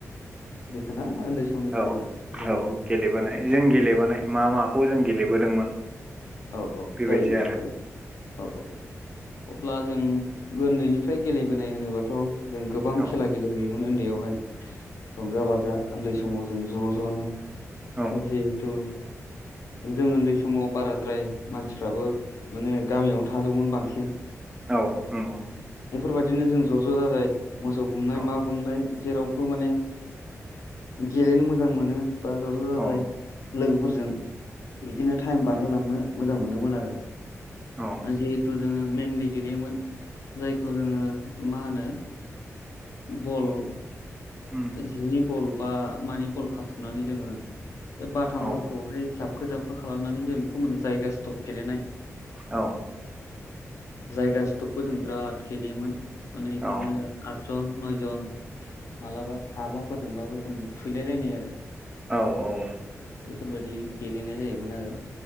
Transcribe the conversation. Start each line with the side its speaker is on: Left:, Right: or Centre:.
Left: बेखौना उन्दै समनिफ्राय
Right: औ
Left: जों
Right: औ गेलेबोनाय जों गेलेबानाय मा माखौ जों गेलेबोदोंमोन?
Left: औ औ
Right: बेबायदि
Left: जायो नोंथां
Right: आरो
Left: जायो। औ ‌औ औ ब्ला जों ओन्दैनिफ्राय गेलेबोनाय होनोबाथ' जों गोबां
Right: औ
Left: खेला गेलेबोयोमोन ओन्दैयावहाय। रंजा बाजा ओन्दै समाव जों ज' ज'नो
Right: औ
Left: जिहेथु जों ओन्दै समाव बाराद्राय मानसिफ्राबो माने गामियावनो थाजोबमोन बांसिन।
Right: औ औ
Left: बेफोरबादिनो जों ज' ज' जाजाय मोसौ गुमनाय
Right: औ
Left: मा गुमनाय जेरावबो माने गेलेनो मोजां मोनो। बा ज' ज' जाजाय
Right: अ'
Left: लोगोफोरजों बिदिनो थाइम बारहोलांनो मोजां मोनोमोन आरो।
Right: औ औ
Left: जिहेथु जोङो मेनलि गेलेयोमोन जायखौ जोङो मा होनो बल
Right: उम
Left: जिनि बल बा मानि बल खाथुमनानै जोङो ए बाथामफोरखौहाय
Right: औ
Left: जाब खो जाबखो खालामनानै जों खो मोनो जायगा स्टप गेलेनाय।
Right: औ
Left: जायगा स्टपबो जों बिराद गेलेयोमोन। माने इदिनो
Right: औ
Left: आट जन, नयजन मालाबा हाबाफोरजोंबाबो जोङो खुयलाय लायनाय आरो।
Right: औ औ
Left: बेफोरबादि गेलेनाय जायोमोन आरो।